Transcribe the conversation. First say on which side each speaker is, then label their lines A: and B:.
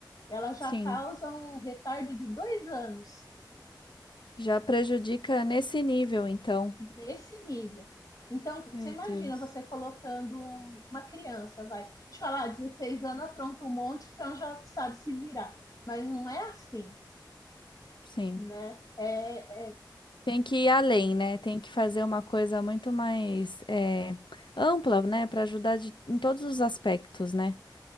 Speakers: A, on the left; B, on the left.
A: ela já
B: Sim,
A: causa um retardo de dois anos
B: já prejudica nesse nível, então.
A: nesse nível. Então,
B: Meu
A: você imagina
B: Deus.
A: você colocando uma criança, vai, de falar, 16 anos, apronta um monte, então já sabe se virar. Mas não é assim,
B: Sim.
A: né? É, é,
B: Tem que ir além, né? Tem que fazer uma coisa muito mais eh, ampla, né? Para ajudar de- em todos os aspectos, né?